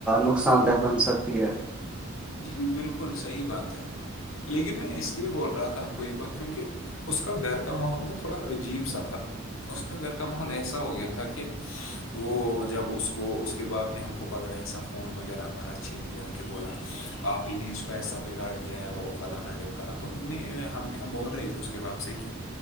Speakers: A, in the centre; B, on the left (about 65°).
A: نقصان دہ بن سکتی ہے
B: جی جی بالکل صحیح بات ہے لیکن میں اس لیے بول رہا تھا آپ کو یہ بات کیونکہ اس کا در کا ماحول نا تھوڑا عجیب سا تھا اس کا گھر کا ماحول ایسا ہو گیا تھا کہ وہ جب اس کو اس کے باپ نے ہم کو پکڑا ایسا فون فون وغیرہ ہمارا اچھے ہی یہ کہ بولا آپ ہی نے اس کو ایسا بگاڑ دیا ہے وہ وہ پلانا ڈمکانا تو ہم نے ہم نے ہم بول رہے تھے اس کے باب سے کہ